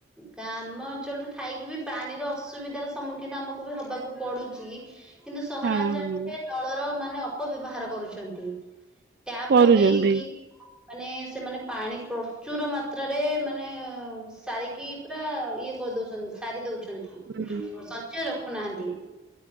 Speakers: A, in the centre; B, on the right.
A: ଗ୍ରାମ ଅଞ୍ଚଳରେ ଥାଇକି ବି ପାଣିର ଅସୁବିଧାର ସମ୍ମୁଖୀନ ଆମକୁ ବି ହବାକୁ ପଡୁଛି। କିନ୍ତୁ ସହରାଞ୍ଚଳରେ
B: ହଁ
A: ଜଳର ମାନେ ଅପବ୍ୟବହାର କରୁଛନ୍ତି। ଟ୍ୟାପ
B: କରୁଛନ୍ତି
A: ଲଗେଇକି ମାନେ ସେମାନେ ପାଣି ପ୍ରଚୁର ମାତ୍ରାରେ ମାନେ ସାରିକି ପୁରା ଇଏ କରିଦଉଛନ୍ତି ସାରି ଦଉଛନ୍ତି।
B: ହୁଁ।
A: ସଞ୍ଚୟ ରଖୁନାହାନ୍ତି।